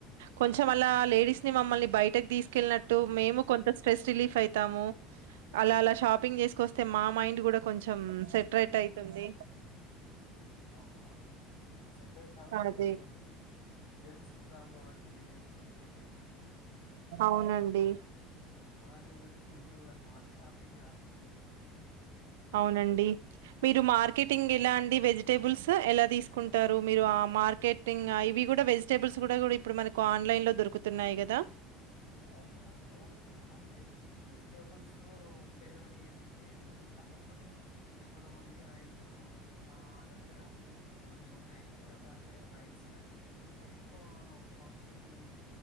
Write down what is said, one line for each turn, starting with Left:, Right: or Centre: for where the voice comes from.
Right: కొంచెం అల్ల లేడీస్ ని మమ్మల్ని బయటకీ తీసుకెళ్ళినట్టు మేము కొంత స్ట్రెస్ రిలీఫ్ అవుతాము అలా అలా షాపింగ్ చేసుకొస్తే మా మైండ్ కూడా కొంచెం సెట రేట్ అయితుంది
Left: అవునవును సెటరైట్ అవుతుంది
Right: అదే.
Left: గాని జెన్స్ కు ప్రాబ్లం అండి లేడిస్ తో పోతే
Right: అవునండి.
Left: మార్నింగ్ నుంచి వాళ్ళ షాపింగ్ కాదు
Right: అవునండి మీరు మార్కెటింగ్ ఎలా అండి వెజి వెజిటబుల్స్ ఎలా తీసుకుంటారు. మీరు ఆ మార్కెటింగ్ ఇవి కూడా వెజిటేబుల్స్ కూడా ఇప్పుడు మనకు ఆన్లైన్ లో దొరుకుతున్నాయి కదా.
Left: అవును అవును అంటే వెజిటేబుల్స్ హోమ్ డెలివరీ ఏం లేదు. అంటే కొన్ని ఇప్పుడు ఈ రైస్ మా దగ్గర కొన్ని ఉన్నాయి. అంటే రైస్ కానీ కొంచెం ఎక్కువ క్వాంటిటీ